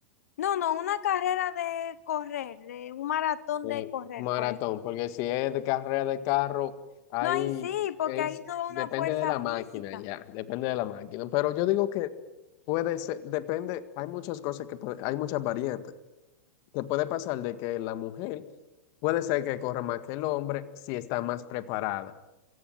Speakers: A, on the left; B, on the left.
A: No, no, una carrera de correr, de un maratón
B: eh,
A: de correr,
B: maratón,
A: por ejemplo.
B: porque si es de carrera de carro, ahí
A: No, ahí sí, porque
B: es,
A: ahí no va
B: depende
A: una fuerza
B: de la máquina
A: física.
B: ya, depende de la máquina. Pero yo digo que puede ser, depende, hay muchas cosas que puede- hay muchas variantes, que puede pasar de que la mujer puede ser que corra más que el hombre si está más preparada.